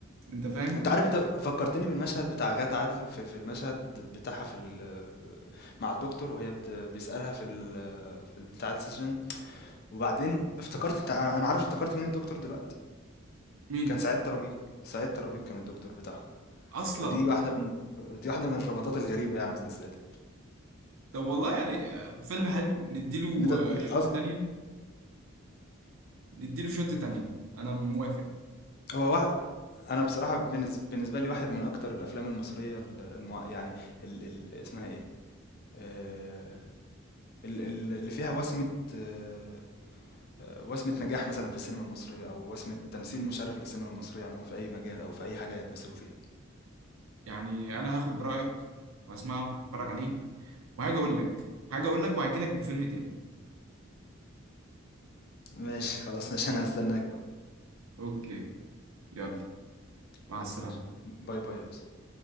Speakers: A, on the right; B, on the left.
A: انت فاهم
B: انت عارف انت فكرتني بالمشهد بتاع غادة عادل في, في المشهد بتاعها في ال... مع الدكتور وهي بت... بيسألها في ال... في بتاع السيشن وبعدين افتكرت انت انا أنا عارف افتكرت مين الدكتور دلوقتي
A: مين
B: كان سعيد ترابيك سعيد ترابيك كان الدكتور بتاعهم
A: اصلا
B: ودي واحده من دي واحده من الرباطات الغريبه يعني بالنسبه لي
A: طب والله يعني آه، فيلم حلو نديله
B: ان انت
A: آه، شوط
B: أز...
A: تانية نديله شوت تانية انا موافق
B: هو واحد انا بصراحه بالنس- بالنسبه لي واحد من اكتر الافلام المصريه الم... يعني ال... ال... اسمها ايه آه، ال- ال- اللي فيها وسمه آه، آه، وسمه نجاح مثلا في السينما المصريه او وسمه تمثيل مشرف للسينما المصريه عموما في اي مجال او في اي حاجه هيتمثلوا فيها
A: يعني انا هاخد برأيك واسمعه اتفرج عليه وهاجي اقول لك هاجي اقول لك وهجي لك بفيلم تاني
B: ماشي خلاص ماشي انا هستناك بقى
A: اوكي يلا مع
B: خلاص
A: السلامة
B: ماشي باي باي يا يوسف